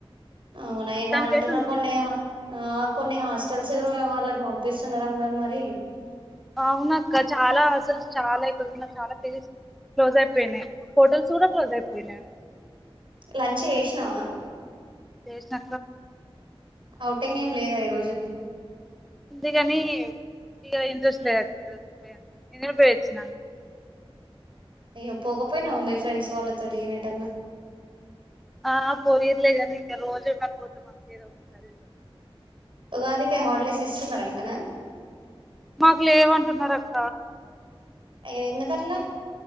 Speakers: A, on the right; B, in the centre.
A: అవునాయి
B: మొత్తానికైతే
A: బాగుంట
B: ఉంది
A: కొన్ని ఆ కొన్ని హాస్ తెలిసి కూడా వాళ్ళని పంపిస్తున్నారు అన్నారు మరి
B: అవునక్కా చాలా అసలు చాలా ఇక్కడన్నా చాలా తెస్ క్లోజ్ అయిపోయినాయి హోటల్స్ కూడా క్లోజ్ అయిపోయినాయి
A: లంచ్ చేసినావా
B: చేసిన
A: ఓటింగ్ ఏం లేదా ఈరోజు
B: ఉందికానీ ఇగ ఇంట్రెస్ట్ లేదు లే ఎండనబడవోచ్చిన
A: అయ్యో పోకపోయినా మీ ఫ్రెండ్స్ వాళ్ళ తోని ఎటన్నా
B: ఆ పోయిర్లే కానీ ఇంక రోజు కనపా ఏదో ఒక సారి
A: ఉగాదికి హాలిడేస్ ఇస్తున్నార అంటనా
B: మాకు లేవంటున్నారు అక్
A: అయ్యో ఎందుకట్లా